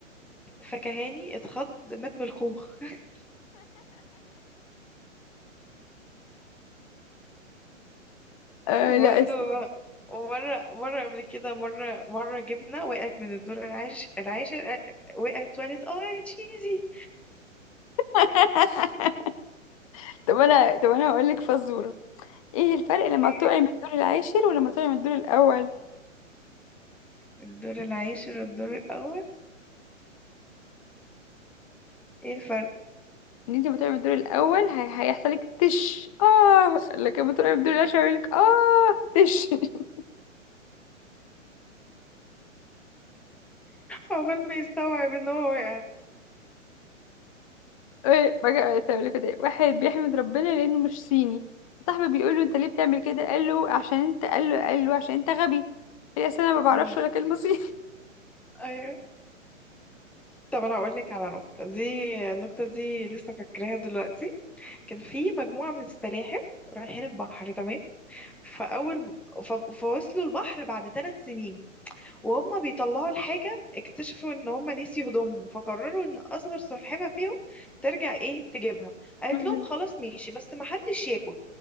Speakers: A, in the centre; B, on the left.
A: فكهاني اتخض مات من الخوخ <laughs>
B: آه
A: وبرضه
B: لا اسف
A: مرة مرة قبل كده مرة مرة جبنة وقعت من الدور العاشر العاشر وقعت وقالت اه يا تشيزي
B: <laughs> طب انا طب انا هقول لك فزوره ايه الفرق لما
A: ايه
B: بتقعي من الدور العاشر ولما تقعي من الدور الاول
A: الدور العاشر والدور الاول ايه الفرق
B: ان انت لما تقعي من الدور الاول هي... هيحصل لك تش اه لكن لما تقعي من الدور العاشر هيعمل لك اه تش <laughs>
A: عقبال ما يستوعب ان هو وقع
B: ايه بقى تعمل كده واحد بيحمد ربنا لانه مش صيني صاحبه بيقول له انت ليه بتعمل كده قال له عشان انت قال له قال له عشان انت غبي هي اصل انا ما بعرفش
A: مم.
B: ولا كلمه صيني
A: ايوه طب انا هقول لك على نقطه دي النقطه دي لسه فاكراها دلوقتي كان في مجموعه من السلاحف رايحين البحر تمام فاول ف- فوصلوا البحر بعد ثلاث سنين وهم بيطلعوا الحاجه اكتشفوا ان هم نسيوا هدومهم فقرروا ان اصغر سلحفه فيهم ترجع ايه تجيبها قالت
B: <laughs>
A: لهم خلاص ماشي بس ما حدش ياكل